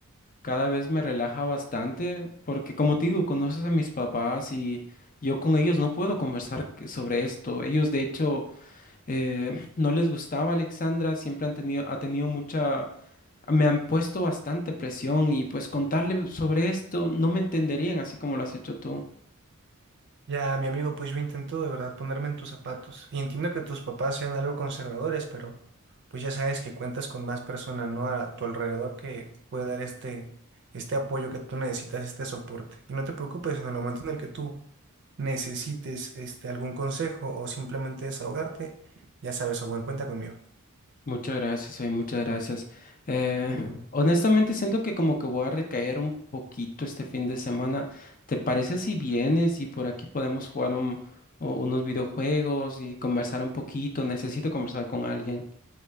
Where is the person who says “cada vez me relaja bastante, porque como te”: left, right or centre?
Left